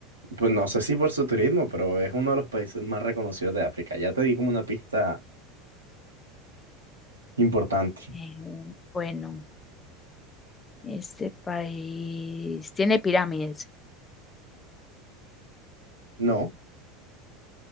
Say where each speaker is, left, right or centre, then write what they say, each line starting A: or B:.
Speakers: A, on the right (about 80°); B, on the left (about 20°).
A: Pues no sé si por su turismo, pero es uno de los países más reconocidos de África. Ya te di como una pista importante.
B: Eh, bueno, este país tiene pirámides.
A: No.